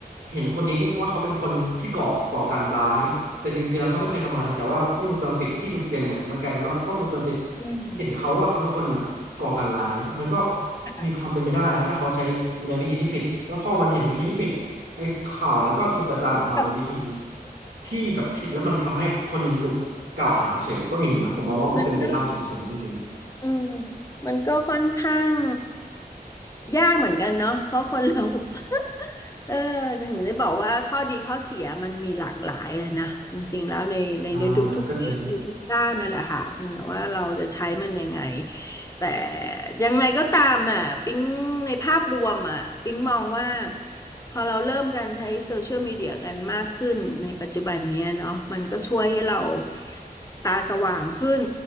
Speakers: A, on the right (about 80°); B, on the left (about 20°).
A: เห็นคนนี้ว่าเขาเป็นคนที่ก่อก่อการร้ายแต่จริงๆแล้วเขาไม่เคยทำอะไรแต่ว่ากล้องวงจรปิดที่ถูกเจนเนี่ยมันกลายเป็นว่ากล้องวงจรปิด
B: อืม
A: เห็นเขาว่าเขาเป็นคนน่ะก่อการร้ายมันก็
B: อ่ะ
A: มีความเป็นไปได้นะถ้าเขาใช้ในวิธีที่ผิดแล้วพอมันเห็นวิธีที่ผิดไอ้ข่าวนั้นก็ถูกกระจายออกมาในวิธี
B: ก็
A: ที่แบบผิดแล้วมันทำให้คนหนึ่งถูกกล่าวหาเฉยก็มีนะผมมองว่าก็เป็นไปได้สูงๆจริงๆ
B: มันก็ อืมมันก็ค่อนข้างยากเหมือนกันเนาะเพราะคนเรา <laughs> เออถึงได้บอกว่าข้อดีข้อเสียมันมีหลากหลายนะนะจริงๆแล้วในในในทุกๆเรื่องทุกๆด้านนั่นแหละค่ะเพียงแต่ว่าเราจะใช้มันยังไง
A: อ่าก็จริง
B: แต่ยังไงก็ตามน่ะปิ๊งในภาพรวมอ่ะปิ๊งมองว่า พอเราเริ่มการใช้โซเชียลมีเดียกันมากขึ้นในปัจจุบันเนี้ยเนาะมันก็ช่วยให้เราตาสว่างขึ้น